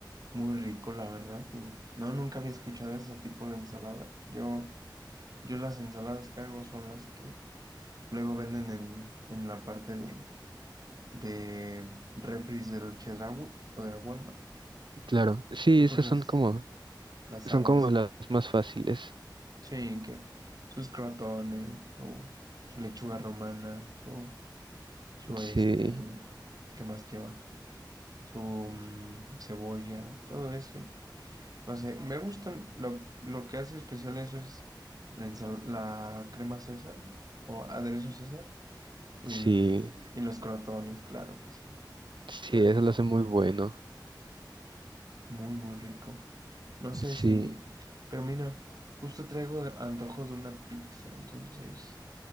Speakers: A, on the right (about 50°); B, on the right (about 85°).
A: muy rico, la verdad. Y no, nunca había escuchado ese tipo de ensalada. Yo, yo las ensaladas que hago son las que Luego venden en, en la parte de, de refris del Chedraui o del Walmart.
B: Claro, sí,
A: Y pues
B: esas
A: las,
B: son como,
A: las
B: son
A: aguas,
B: como
A: ¿no?
B: las más fáciles.
A: Sí, que sus crotones o su lechuga romana, su, su
B: Sí,
A: este, ¿qué más lleva? Su mm, cebolla, todo eso. y no sé, me gustan, lo, lo que hace especial eso es la, ensal- la crema César o aderezo César y,
B: sí,
A: mm, y los crotones, claro que sí,
B: sí,
A: qué rico.
B: eso lo hace muy bueno.
A: Muy, muy rico. No sé si,
B: Sí,
A: pero mira, justo traigo antojo de una pizza, entonces,